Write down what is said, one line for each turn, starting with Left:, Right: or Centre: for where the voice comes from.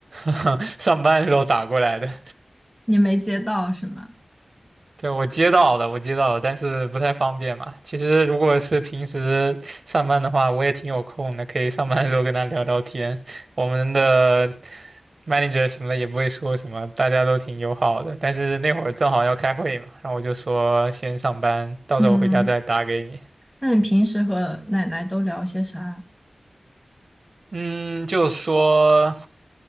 Right: <laughs> 上班的时候打过来的。
Centre: 你没接到是吗？
Right: 对，我接到了，我接到了，但是不太方便嘛。其实如果是平时上班的话，我也挺有空的，可以上班的时候跟他聊聊天。我们的 manager 什么的也不会说什么，大家都挺友好的。但是那会儿正好要开会嘛，然后我就说先上班，到时候回家再打给你。
Centre: 嗯，那你平时和奶奶都聊些啥
Right: 嗯，就说